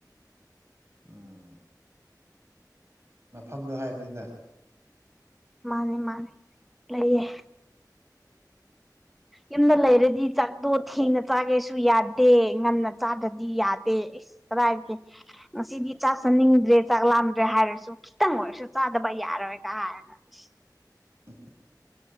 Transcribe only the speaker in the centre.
ꯃꯥꯅꯦ ꯃꯥꯅꯤ ꯂꯩꯌꯦ ꯌꯨꯝꯗ ꯂꯩꯔꯗꯤ ꯆꯥꯛꯠꯇꯣ ꯊꯦꯡꯅ ꯆꯥꯒꯦꯁꯨ ꯌꯥꯗꯦ ꯉꯟꯅ ꯆꯥꯗ꯭ꯔꯗꯤ ꯌꯥꯗꯦꯁ ꯀꯗꯥꯥꯏꯒꯦ ꯉꯁꯤꯗꯤ ꯆꯥ ꯆꯟꯅꯤꯡꯗꯦ ꯭ꯔꯦ ꯆꯥꯛꯂꯝꯥꯂꯝꯗ꯭ꯔꯦ ꯍꯥꯏꯔꯁꯨ ꯈꯤꯇꯪ ꯑꯣꯏꯔꯁꯨ ꯆꯥꯗꯕ ꯌꯥꯔꯔꯣꯏꯒ ꯍꯥꯏꯔꯒ ꯑꯩꯁ